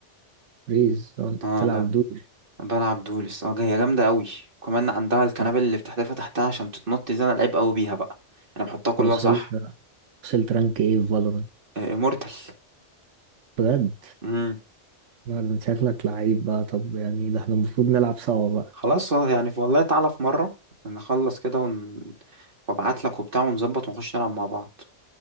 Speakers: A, on the right; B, on the right.
A: ريز أو أنت
B: اه
A: بتلعب
B: لا
A: دوش
B: بلعب دولس اه هي جامده قوي كمان عندها الكنابل
A: أنت
B: اللي بتحدفها تحتها عشان تتنط دي انا لعيب قوي بيها بقى انا بحطها كلها
A: وصلت
B: صح
A: وصلت رانك إيه في فالورانت
B: امورتال
A: بجد
B: امم
A: لا، ده أنت شكلك لعيب بقى طب يعني ده احنا المفروض نلعب سوا بقى
B: خلاص آه، يعني والله تعالى في مره نخلص كده ون... وابعت لك وبتاع ونظبط ونخش نلعب مع بعض